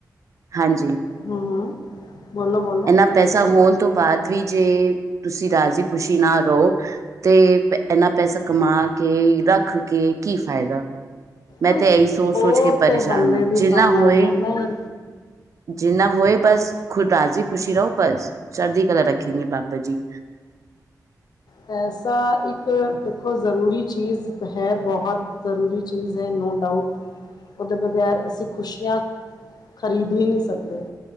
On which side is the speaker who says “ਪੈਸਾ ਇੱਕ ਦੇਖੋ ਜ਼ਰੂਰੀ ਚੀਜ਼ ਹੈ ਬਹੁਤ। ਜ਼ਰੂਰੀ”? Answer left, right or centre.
Left